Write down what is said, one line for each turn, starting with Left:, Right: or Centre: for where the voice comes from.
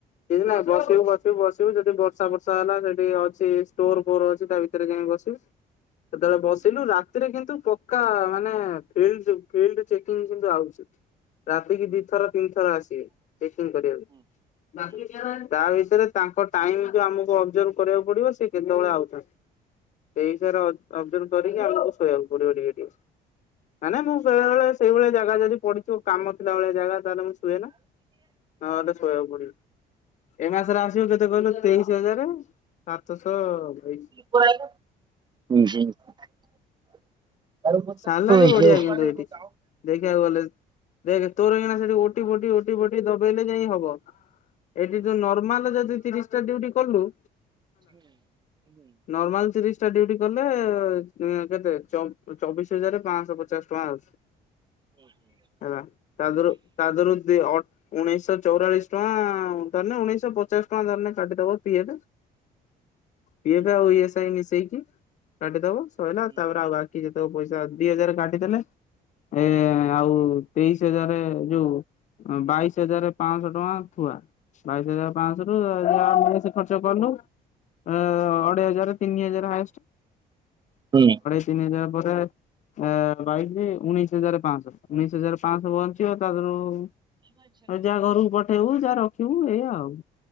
Left: କିଛି ନା ବସିବୁ ବସି ବସିବୁ ଯଦି ବର୍ଷା ବର୍ଷା ହେଲା ସେଠି ଅଛି ଷ୍ଟୋର ଫୋର ଅଛି ତା ଭିତରେ ଯାଇ ବସିବୁ। ସେତେବେଳେ ବସିଲୁ ରାତି ଥିରେ କିନ୍ତୁ ପକ୍କା ମାନେ ଫିଲ୍ଡ ଚେକିଙ୍ଗ କିନ୍ତୁ ଆଉଛୀ। ରାତିକି ଦିଥର ତିନିଥର ଆସିବେ ଚେକିଂ କରିବାକୁ। <unintelligible> ତା ଭିତରେ ତାଙ୍କ ଟାଇମ ଯ ଆମକୁ ଅବଜର୍ଭ କରିବାକୁ ପଡିବ ସେ କେତେବେଳେ ଆଉଚନ୍ତି। ସେଇ ହିସୟରେ ଅବଜୁଲ କରିକି ଆମକୁ ଶୋଇବାକୁ ପଡିବ ଟିକେ ଟିକେ। ମାନେ ମୁଁ ବେଳେ ବେଳେ ସେଇଭଳିଆ ଜାଗା ଯଦି ପଡିିଥିବ କାମ ଥିଲା ଭଳିଆ ଜାଗା ତାହେଲେ ମୁ ଶୁଏ ନା ନହେଲେ ଶୋଇବାକୁ ପଡିବ। ଏ ମାସରେ ଆସିବ କେତେ କହିଲୁ ତେଇଶି ହଜାର ସାତଶହ ବାଇଶି।
Right: <unintelligible> <inaudible>
Left: ସାଲାରୀ ବଢିଆ କିନ୍ତୁ ଏଠି ଦେଖେ ତୋର ଏଇନା ସେଠି ଓଟି ଫୋଟି ଦବେଇ ଲେ ଯାଇଁ ହବ। ଏଇଠି, ତୁ ନର୍ମାଲ୍ ଯଦି ତିରିଶ୍ ଟା ଡ୍ୟୁଟି କଲୁ। ନର୍ମାଲ୍ ତିରିଶ୍ ଟା ଡ୍ୟୁଟି କଲେ। କେତେ ଚ ଚବିଶ୍ ହଜାରେ ପାଆନ୍ସ ପଚାଶ୍ ଟଙ୍କା ଆ ତା'ଦୁରୁ ତା'ଦୁରୁ ଉଣେଇଶ ଚଉରାଳିଶ୍ ଟ। ଧରିନେ ଉଣେଇଶ ପଚାଶ୍ ଟଙ୍କା, ଧରିନେ କାଟିଦବ ପିଏ ପିଏଫେ, ଆଉ ମିଶେଇକି କାଟିଦବ ସଇଲା। ତା'ପରେ ଆଉ ବା ଯେତକ ପଇସା ଦି ହଜାରେ କାଟି ଦେଲେ। ଏ, ଆଉ ତେଇଶ୍ ହଜାରେ ଯଉ ବାଇଶି ହଜାରେ ପାଆନ୍ସ ଟଙ୍କା ଥୁଆ। ବାଇଶି ହଜାର ପାଆନ୍ସ ରୁ ଖର୍ଚ୍ଚ କଲୁ, ଅଢ଼େଇ ହଜାରେ ତିନି ହଜାରେ ହା
Right: <inaudible>
Left: <inaudible> ବାଇଶି ଉଣେଇଶି ହଜାରେ ପାଆନ୍ସ, ଉଣେଇଶି ହଜାର ପାଆନ୍ସ ବଞ୍ଚିବ। ତା' ଯା ଘରକୁ ପଠେଇବୁ, ଯାହା ରଖିବୁ ଏୟା ଆଉ।